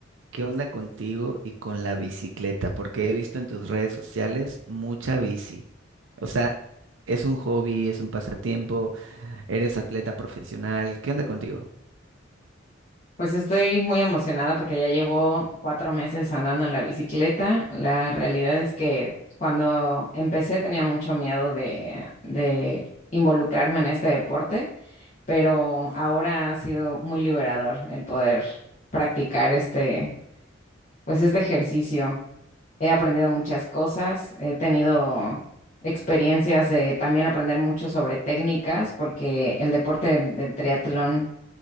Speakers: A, on the right; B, on the left.
A: qué onda contigo y con la bicicleta, porque he visto en tus redes sociales mucha bici. O sea, es un hobby, es un pasatiempo, eres atleta profesional. ¿Qué onda contigo?
B: Pues estoy muy emocionada porque ya llevo cuatro meses andando en la bicicleta. La realidad es que cuando empecé tenía mucho miedo de, de involucrarme en este deporte, pero ahora ha sido muy liberador el poder practicar este, pues este ejercicio. He aprendido muchas cosas, he tenido experiencias de también aprender mucho sobre técnicas, porque el deporte del, del triatlón,